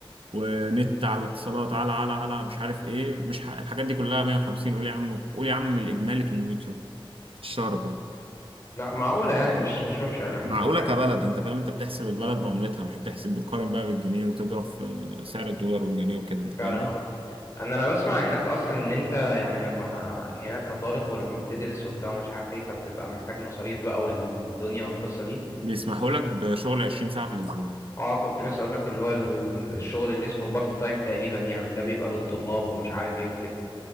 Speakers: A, on the right; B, on the left.
A: ونت على اتصالات على على على مش عارف إيه مش ح... الحاجات دي كلها 150 قول يا عم قول يا عم الإجمالي 800 يورو في الشهر كله
B: لا معقولة يعني مش مش وحشة إلى حد
A: معقولة
B: ما
A: كبلد أنت فاهم أنت بتحسب البلد بعملتها مش بتحسب بتقارن بقى بالجنيه وتضرب في سعر الدولار والجنيه وكده أنت
B: فعلا
A: فاهمني
B: أه أنا أنا بسمع هناك أصلا إن أنت يعني لما ه- هناك كطالب ولما بتدرس وبتاع ومش عارف إيه فبتبقى محتاج مصاريف بقى والدنيا والقصة دي
A: بيسمحوا لك بشغل 20 ساعة في الأسبوع
B: أه كنت لسه أقول لك اللي هو ال- الشغل اللي اسمه بافت تايم تقريبا يعني ده بيبقى للطلاب ومش عارف إيه وكده